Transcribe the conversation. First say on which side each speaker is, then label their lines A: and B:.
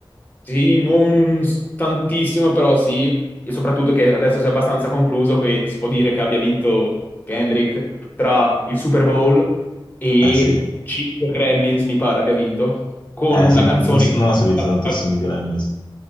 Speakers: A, on the left; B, on the left.
A: Sì, non s- tantissimo, però sì, e soprattutto che adesso si è abbastanza concluso che si può dire che abbia vinto Kendrick tra il Super Bowl e
B: Eh sì,
A: 5 Grammys, mi pare abbia vinto, con
B: eh,
A: una
B: sì non,
A: canzone che
B: non
A: è
B: ho seguito
A: stata
B: tantissimi Grammys.